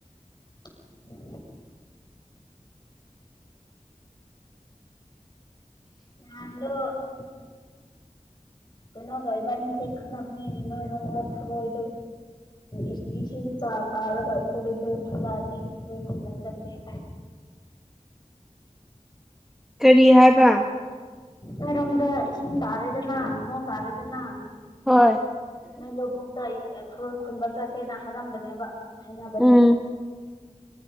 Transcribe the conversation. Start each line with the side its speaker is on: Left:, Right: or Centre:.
Left: <inaudible> ꯅꯗꯣ ꯎ ꯀꯩꯅꯣꯒꯥꯏꯕꯅꯤ ꯆꯦ ꯈꯟꯗꯕꯅꯤ ꯅꯣꯏꯔꯝꯗ ꯊꯕ ꯑꯣꯏꯗ ꯏꯁꯤꯡ ꯆꯥ ꯇꯥꯔ ꯊꯔꯗ ꯊꯂꯗ ꯊꯦ
Centre: <inaudible> ꯀꯔꯤ ꯍꯥꯏꯕ
Left: ꯑꯩꯔꯣꯝꯗ ꯏꯁꯤꯡ ꯇꯥꯔꯦꯗꯅ ꯅꯣꯡ ꯇꯥꯔꯦꯗꯅ
Centre: ꯍꯣꯏ
Left: ꯅꯣꯏ ꯂꯧꯕꯨꯛꯇ ꯑꯩ ꯊꯣꯏ ꯈꯨꯟꯕ ꯆꯠꯁꯦꯅ ꯍꯥꯏꯔꯝꯕꯅꯦꯕ ꯍꯥꯏꯅꯕꯅꯤ
Centre: ꯎꯝ